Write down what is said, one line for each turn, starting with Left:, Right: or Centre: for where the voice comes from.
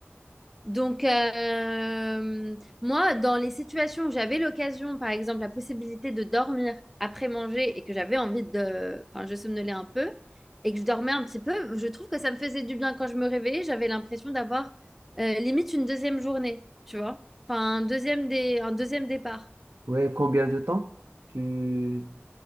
Centre: Donc, euh, moi, dans les situations où j'avais l'occasion, par exemple, la possibilité de dormir après manger et que j'avais envie de... Enfin, je somnolais un peu et que je dormais un petit peu, je trouve que ça me faisait du bien quand je me réveillais. J'avais l'impression d'avoir euh, limite une deuxième journée, tu vois? Enfin, un deuxième, dé- un deuxième départ.
Right: Ouais, combien de temps? Tu...